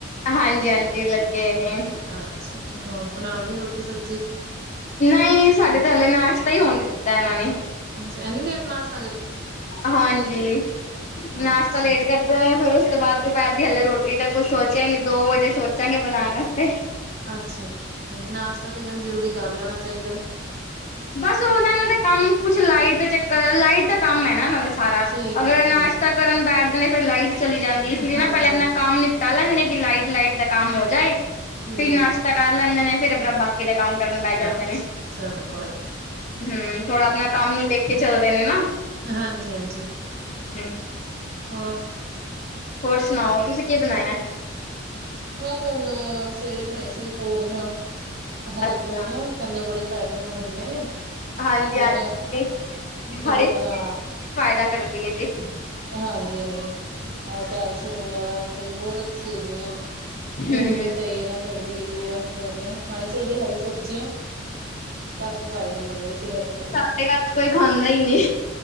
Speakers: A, on the left; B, on the right.
A: ਹਾਂਜੀ -ਹਾਂਜੀ, ਲੱਗੇ ਨੇ।
B: ਅੱਛਾ ਜੀ, ਹੋਰ ਬਣਾ ਲਈ ਰੋਟੀ ਸਬਜ਼ੀ?
A: ਨਹੀਂ -ਨਹੀਂ, ਸਾਡੇ ਤਾਂ ਹਲੇ, ਨਾਸ਼ਤਾ ਹੀ ਹੁਣ ਕੀਤਾ ਇਹਨਾਂ ਨੇ।
B: ਅੱਛਾ, ਇੰਨੀ ਲੇਟ ਨਾਸ਼
A: ਹਾਂਜੀ,
B: ਅੱਛਾ,
A: ਨਾਸ਼ਤਾ ਲੇਟ ਕਰ ਫਿਰ ਉਸ ਤੋਂ ਬਾਅਦ, ਦੁਪਹਿਰ ਦੀ ਹਲੇ ਰੋਟੀ ਦਾ ਕੁਛ ਸੋਚਿਆ ਹੀ ਨੀ, ਦੋ ਵਜੇ ਸੋਚਾਂਗੇ, ਬਣਾਉਣ ਵਾਸਤੇ।
B: ਅੱਛਾ, ਨਹੀਂ ਨਾਸ਼ਤਾ ਤੇ, ਕਹਿੰਦੇ ਜਲਦੀ ਕਰ ਲੈਣਾ ਚਾਹੀਦਾ।
A: ਬਸ, ਉਹਨਾਂ ਦਾ ਕੰਮ ਕੁਛ ਲਾਈਟ ਦਾ ਚੱਕਰ, ਲਾਈਟ ਦਾ ਕੰਮ ਹੈ ਨਾ ਉਹਨਾਂ ਦਾ। ਸਾਰਾ,
B: ਠੀਕ
A: ਅਗਰ
B: ਹੈ, ਠੀਕ
A: ਨਾਸ਼ਤਾ ਕਰਨ ਬੈਠਦੇ ਨੇ, ਫੇਰ ਲਾਈਟ ਚਲੀ ਜਾਂਦੀ, ਇਸ ਲਈ
B: ਹਾਂਜੀ।
A: ਨਾ, ਪਹਿਲੇ ਆਪਣਾ ਕੰਮ ਨਿ ਕਰ ਲੈਂਦੇ ਨੇ ਕਿ, ਲਾਈਟ ਲਾਈਟ ਦਾ ਕੰਮ ਹੋ ਜਾਏ,
B: ਠੀਕ
A: ਫਿਰ ਨਾਸ਼ਤਾ
B: ਹੈ,
A: ਕਰ ਲੈਂਦੇ ਨੇ, ਫੇਰ ਆਪਣਾ ਬਾ ਕੀ, ਦਾ ਕੰਮ ਕਰਨ ਬਹਿ ਜਾਂਦੇ
B: ਆਹ
A: ਨੇ।
B: ਚਲੋ, ਕੋਈ ਨਾ।
A: ਹਮ ਥੋੜਾ, ਆਪਣਾ ਕੰਮ ਨੂੰ ਦੇਖ ਕੇ, ਚਲਦੇ ਨੇ ਨਾ ਹਮ।
B: ਹਾਂਜੀ-ਹਾਂਜੀ। ਹੋਰ?
A: ਹੋਰ ਸੁਣਾਓ, ਤੁਸੀਂ ਕੀ ਬਣਾਇਆ?
B: ਮੈਂ ਤੇ ਹੁਣ ਸਵੇਰੇ ਬਣਾਏ ਸੀ, ਜੇ ਤੋਰੀਆਂ, ਹਰੀ
A: ਅੱਛਾ
B: ਤੋਰੀਆਂ, ਕਹਿੰਦੇ ਬੜੇ ਫ਼ਾਇਦੇਮੰਦ ਹੁੰਦੀਆਂ ਨੇ।
A: ਹਾਂਜੀ
B: ਮੈਂ
A: ਹਾਂਜੀ
B: ਕਿਹਾ ਚਲੋ
A: ਹਰ ਇੱਕ
B: ਬਣਾ
A: ਫਾਇਦਾ ਕਰਦੀ ਹੈ ਜੀ।
B: ਹਾਂਜੀ ਹਾਂਜੀ ਅ ਕੈਲਸ਼ੀਅਮ ਵਗੈਰਾ ਵਾਸਤੇ ਵੀ ਬਹੁਤ ਅੱਛੀ ਹੈਗੀ ਆ। ਖੂਨ
A: ਹਮ
B: ਵੀ ਸਹੀ ਇਹ ਨਾ ਕਰਦੀ ਹੈਗੀ ਆ ਸੋਰੀਆਂ ਖਾਣੀ ਚਾਹੀਦੀ ਹਰੀ ਸਬਜ਼ੀਆਂ। ਕਾਫੀ ਫਾਇਦੇਮੰਦ ਸਿਹਤ ਲਈ।
A: ਸਾਡੇ ਘਰ ਤਾਂ ਕੋਈ ਖਾਂਦਾ ਹੀ ਨਹੀਂ।